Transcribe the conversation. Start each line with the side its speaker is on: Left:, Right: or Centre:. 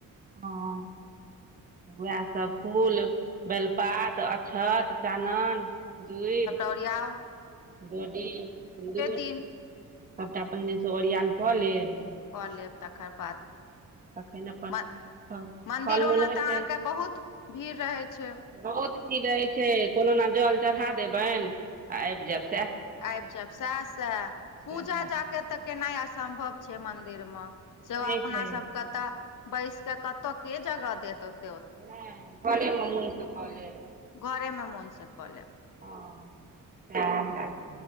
Right: हँ, उएह सब फूल बेलपात, अक्षत, चानन, दूइब
Left: ओरियाऊ।
Right: बॉडी, सिन्दूर
Left: दिन
Right: सबटा पहिनेसँ ओरिआन कऽ लेब।
Left: कऽ लेब तकर बाद
Right: तखन अपन
Left: म
Right: हँ
Left: मंन्दिरो
Right: फल मूल
Left: मे
Right: हेतै
Left: तऽ अहाँके बहुत भीड़ रहै छै।
Right: बहुत भीड़ रहै छै, कोनो ने जल चढ़ा देबनि आ आबि जैब।
Left: आबि जायब सएह -सैह
Right: सएह
Left: पूजा जाकऽ तऽ केनाय असंभव छै मंदिर मऽ, सेहो
Right: नहि
Left: अपना
Right: छै
Left: सब कतऽ बैस कऽ कतऽ के जगह देत ओ
Right: नही घरे मऽ मोन सऽ कऽ लेब।
Left: घरे मे मोन सऽ कऽ लेब।
Right: हँ <unintelligible>